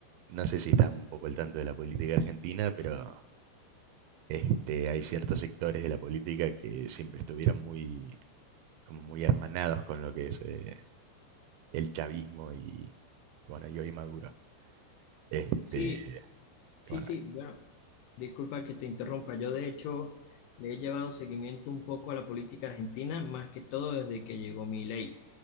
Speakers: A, on the right; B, on the left.
A: no sé si estás un poco al tanto de la política argentina, pero Este, hay ciertos sectores de la política que siempre estuvieron muy, como muy hermanados con lo que es eh, el chavismo y, bueno, y hoy Maduro. Este,
B: Sí, sí,
A: bueno,
B: sí, bueno, Disculpa que te interrumpa. Yo, de hecho, le he llevado seguimiento un poco a la política argentina, más que todo desde que llegó mi ley.